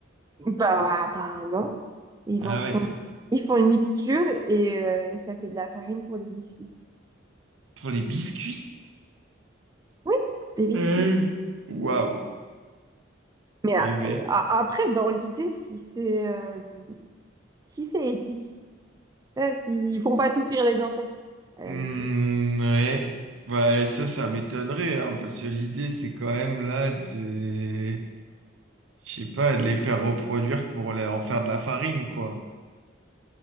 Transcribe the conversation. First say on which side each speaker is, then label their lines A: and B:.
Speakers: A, on the right (about 20°); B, on the right (about 85°).
A: Bah, apparemment, ils
B: Ah
A: en font,
B: ouais.
A: ils font une mixture et euh, ça fait de la farine pour les biscuits.
B: Pour les biscuits?
A: Oui, des biscuits.
B: Euh, Waouh!
A: Mais a-
B: Eh ben.
A: a- après, dans l'idée, si c'est euh, si c'est éthique, euh, s'ils font pas souffrir les insectes, à
B: Hmm,
A: la limite.
B: ouais. Ouais, ça, ça m'étonnerait, hein, parce que l'idée, c'est quand même là de... Je sais pas, les faire reproduire pour les- en faire de la farine, quoi.